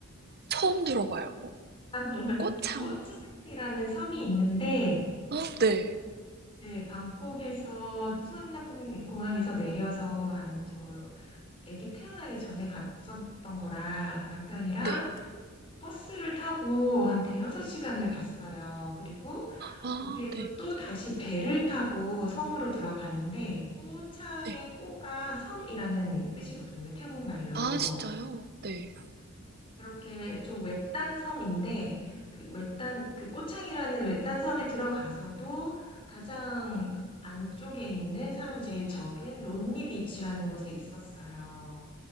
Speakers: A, on the right (about 45°); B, on the left (about 25°).
A: 처음 들어봐요.
B: <laughs>
A: 꽃창.
B: 꼬창이라는 섬이 있는데,
A: 아, 네.
B: 네, 방콕에서 수완나품 공항에서 내려서 한저 아기 태어나기 전에 갔었던 거라 남편이랑
A: 네.
B: 버스를 타고 한 대여섯 시간을 갔어요. 그리고
A: 아
B: 거기에서
A: 네.
B: 또 다시 배를 타고 섬으로 들어가는데 꼬창의
A: 네.
B: 꼬가 섬이라는 뜻이거든요. 태국 말로.
A: 아 진짜요? 네.
B: 그렇게 좀 외딴 섬인데 그 외딴 그 꼬창이라는 외딴 섬에 들어가서도 가장 안쪽에 있는 사람이 제일 적은 론니 비치라는 곳에 있었어요.